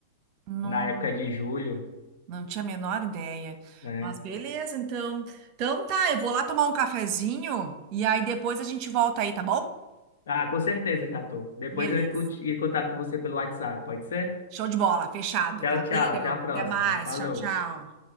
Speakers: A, on the right (about 45°); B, on the left (about 75°).
A: Não,
B: na época de julho,
A: não tinha a menor ideia.
B: né?
A: Mas beleza, então. Então tá, eu vou lá tomar um cafezinho e aí depois a gente volta aí, tá bom?
B: Ah, com certeza, Catu. Depois
A: Beleza.
B: eu entro em contato com você pelo WhatsApp, pode ser?
A: Show de bola, fechado.
B: Tchau,
A: Valeu.
B: tchau. Até a próxima.
A: Até mais.
B: Falou.
A: Tchau, tchau.